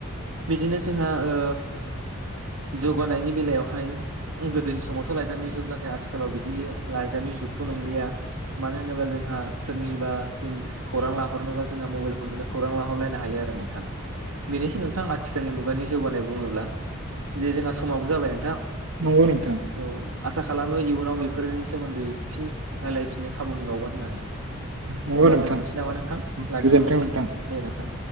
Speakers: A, on the right; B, on the right.
A: बिदिनो जोंहा ओ जौगानायनि बेलायावहाय गोदोनि समावथ' लाइजामनि जुग नाथाय आथिखालाव बिदि लाइजामनि जुगथ' नंलिया मानो होनोब्ला जोंहा सोरनिबासिम खौरां लाहरनोब्ला मोबाइल खौरां लाहरलायनो हायो आरो नोंथां बेनिसै नोंथां आथिखालनि मुगानि जौगानाय बुङोब्ला। जे जोंहा समाबो जाबाय नोंथां।
B: नंगौ नोंथां
A: औ आसा खालामो इयुनाव बेफोरनि सोमोन्दै फिन रायलायफिननो खाबु मोनबावगोन। होननानै अब्ला
B: नंगौ नोंथां
A: दोनथ'नोसै नामा नोंथां लाखिथ'नोसै
B: गोजोनथों नोंथां
A: दे नोंथां।